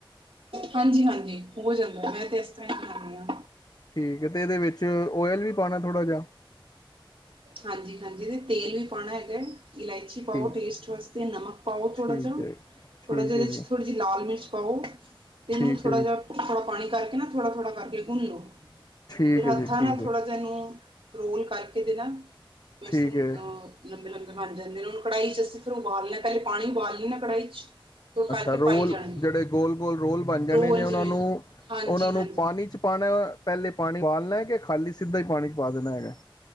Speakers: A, on the right; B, on the left.
A: ਹਾਂਜੀ ਹਾਂਜੀ ਹੋ ਜਾਂਦਾ, ਮੈਂ ਤੇ ਇਸ ਤਰ੍ਹਾਂ ਹੀ ਬਣਾਨੀ ਆਂ।
B: ਠੀਕ ਹੈ, ਤੇ ਇਹਦੇ ਵਿੱਚ ਓਇਲ ਵੀ ਪਾਉਣਾ ਥੋੜ੍ਹਾ ਜਿਹਾ
A: ਹਾਂਜੀ ਹਾਂਜੀ, ਤੇ ਤੇਲ ਵੀ ਪਾਉਣਾ ਹੈਗਾ, ਇਲਾਇਚੀ ਪਾਓ
B: ਠੀਕ
A: ਟੇਸਟ ਵਾਸਤੇ, ਨਮਕ ਪਾਓ
B: ਠੀਕ
A: ਥੋੜਾ ਜਿਹਾ,
B: ਹੈ ਠੀਕ
A: ਥੋੜਾ ਜਿਯਾ
B: ਹੈ
A: ਇਹਦੇ
B: ਜੀ
A: ਚ ਥੋੜੀ ਲਾਲ ਮਿਰਚ ਪਾਓ, ਤੇ
B: ਠੀਕ
A: ਹੁਣ ਥੋੜ੍ਹਾ
B: ਹੈ ਜੀ
A: ਜਿਹਾ ਥੋੜਾ ਪਾਣੀ ਕਰਕੇ ਨਾ, ਥੋੜਾ ਥੋੜਾ ਕਰਕੇ ਗੁੰਨ ਲੋ,
B: ਠੀਕ
A: ਫਿਰ
B: ਹੈ
A: ਹੱਥਾਂ
B: ਜੀ ਠੀਕ
A: ਨਾਲ
B: ਹੈ
A: ਥੋੜਾ ਜਿਹਾ ਇਹਨੂੰ ਰੋਲ ਕਰਕੇ ਦੇ ਨਾ, ਵੇਸਣ
B: ਠੀਕ ਹੈ
A: ਲੰਬੇ ਲੰਬੇ ਬਣ ਜਾਂਦੇ ਨੇ, ਔ ਨੂੰ ਕੜਾਹੀ ਚ ਅਸੀਂ ਫਿਰ ਉਹਨੂੰ ਉਬਾਲ ਲੈਣਾ, ਪਹਿਲੇ ਪਾਣੀ ਉਬਾਲ ਲੈਣਾ ਹੈ, ਕੜਾਹੀ 'ਚ। ਫਿਰ ਉਹ ਕਰਕੇ
B: ਅੱਛਾ ਰੋਲ
A: ਪਾਈ ਜਾਣੇ ਨੇ
B: ਜਿਹੜੇ ਗੋਲ ਗੋਲ ਰੋਲ ਬਣ ਜਾਣੇ
A: ਰੋਲ
B: ਨੇ, ਉਹਨਾਂ
A: ਜਿਵੇਂ
B: ਨੂੰ
A: ਹਾਂਜੀ-ਹਾਂਜੀ
B: ਉਹਨਾਂ ਨੂੰ ਪਾਣੀ 'ਚ। ਪਾਉਣਾ ਐ, ਪਹਿਲੇ ਪਾਣੀ ਉਬਾਲਣਾ ਹੈ, ਕਿ ਖਾਲੀ ਸਿੱਧਾ ਹੀ ਪਾਣੀ ਚ ਪਾ ਦੇਣਾ ਹੈਗਾ ਹੈ।